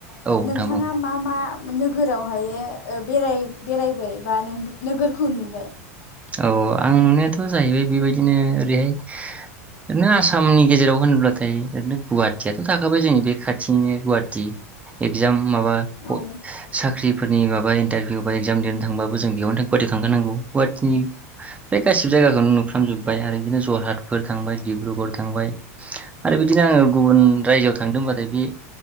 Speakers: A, on the right (about 15°); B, on the left (about 70°).
A: औ नोंथां
B: नोंथाङा
A: बुं
B: मा मा नोगोरावहाय ओ बे-बेरायबाय बा नोगोरखौ नुबाय
A: औ आं नुनायाथ' जाहैबाय बेबायदिनो ओरैहाय ओरैनो आसामनि गेजेराव होनोब्लाथाय ओरैनो गुवाहाटियाथ' थाखाबाय जोंनि बे खाथिनिनो गुवाहाटि एगजाम माबा
B: औ
A: साख्रिफोरनि माबा इन्टारभिउ बा इगजाम दिरनो थांबाबो जों बेयावनो थ' गुवाहाटि थांखानांगौ गुवाहाटिनि्र गासिबो जायगाखौनो नुफ्राजोब्बाय आरो बिदिनो जरहाटफोर थांबाय डिब्रुगड़ थांबाय आरो बिदिनो आङो गुबुन
B: औ
A: रायजोआव थांदों होनबाथाय बे